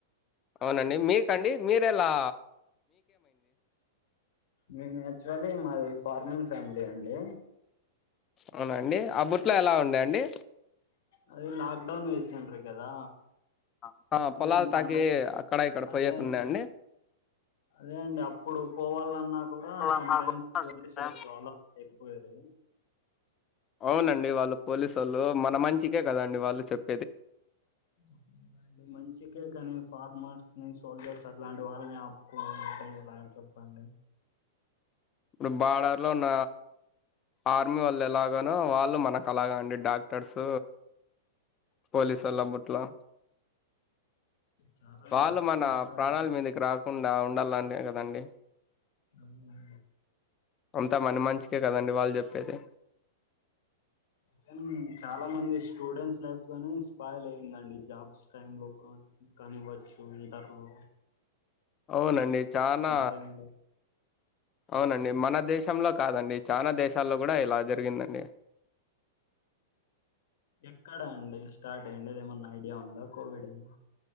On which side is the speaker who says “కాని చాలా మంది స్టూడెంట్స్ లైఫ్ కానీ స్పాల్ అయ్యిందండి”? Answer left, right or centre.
Left